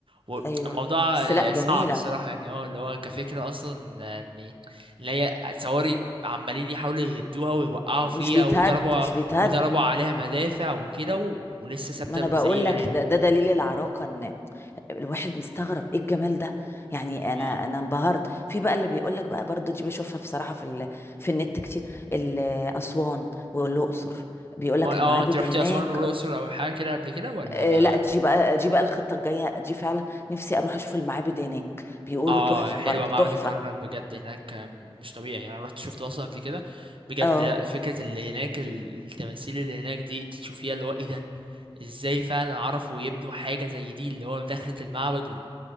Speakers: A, on the right (about 60°); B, on the left (about 25°).
A: والموضوع
B: ايوه بس
A: آه،
B: لا جميله
A: صعب الصراحه يعني اه اللي هو كفكره اصلا آه، ان ان هي تصوري عمالين يحاولوا يهدوها ويوقعوا فيها
B: مش بيتهد
A: وضربوا
B: مش بيتهد
A: وضربوا عليها مدافع وكده و... ولسه ثابته
B: ما انا بقول
A: زي ما
B: لك
A: هي
B: ده, ده دليل العراقه ان الواحد مستغرب ايه الجمال ده يعني
A: مم.
B: انا انا انبهرت في بقى اللي بيقول لك بقى برضه دي بشوفها بصراحه في ال... في النت كتير ال- اسوان والاقصر بيقول لك
A: ما
B: المعابد
A: اه انت رحتي
B: هناك
A: اسوان والاقصر او حاجه كده قبل كده ولا
B: آه،
A: ما
B: لا دي بقى دي بقى الخطه الجايه دي فعلا نفسي اروح اشوف المعابد هناك بيقولوا
A: اه
B: تحفه
A: حلوه
B: برضه
A: معبد
B: تحفه
A: الكرنك بجد هناك آم، مش طبيعي يعني انا رحت شفت اصلا قبل كده بجد
B: اه
A: لا فكره اللي هناك ال- التماثيل اللي هناك دي انت تشوفيها اللي هو ايه ده ازاي فعلا عرفوا يبنوا حاجه زي دي اللي هو دخلة المعبد وال...